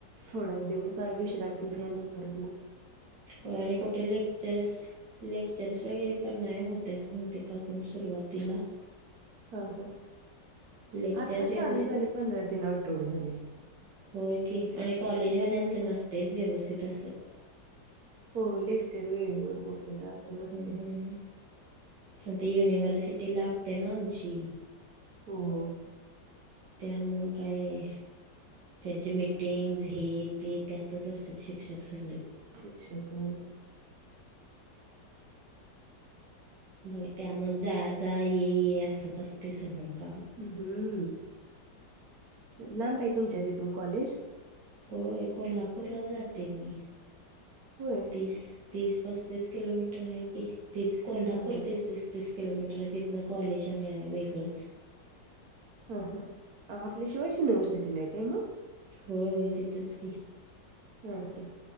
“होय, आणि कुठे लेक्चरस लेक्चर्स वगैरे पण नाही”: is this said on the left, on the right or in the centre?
Right